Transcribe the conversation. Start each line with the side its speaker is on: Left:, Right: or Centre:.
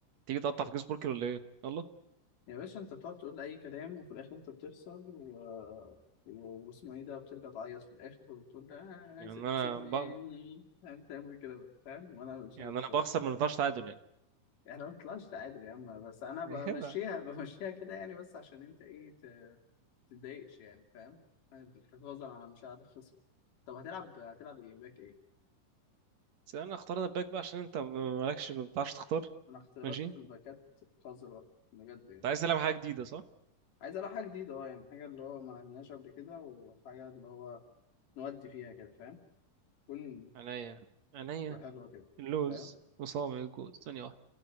Right: تيجي تقطع في جيمس بوركر ولا ايه يلا
Left: يا باشا انت بتقعد تقول اي كلام وفي الاخر انت بتخسر و... و- واسمه ايه ده بترجع تعيط في الاخر وبتقول ده آه عايزك
Right: يعني انا
Left: تسيبني
Right: ب...
Left: عايز تعمل كده بقى فاهم وانا مش
Right: يعني
Left: عارف الشغل
Right: انا بخسر ما بنفعش تعادل يعني
Left: احنا ما طلعش تعادل يا عم بس انا بمشيها
Right: يعني كده
Left: بمشيها كده يعني بس عشان انت ايه ت- تتضايقش يعني فاهم حفاظا على مشاعر الخصم طب هتلعب هتلعب ايه باك ايه
Right: بس انا اخترنا الباك بقى عشان انت مالكش
Left: <laughs>
Right: ما بتعرفش تختار
Left: انا اختياراتي
Right: ماشي
Left: في الباكات قذرة بجد يعني
Right: انت عايز تلعب حاجه جديده صح
Left: عايز العب حاجه جديده اه يعني حاجه اللي هو ما عملناش قبل كده وحاجه اللي هو نودي فيها كده فاهم كل
Right: عينيا عينيا
Left: حلوة كده
Right: اللوز
Left: فاهم
Right: وصابع الجوز ثانيه واحده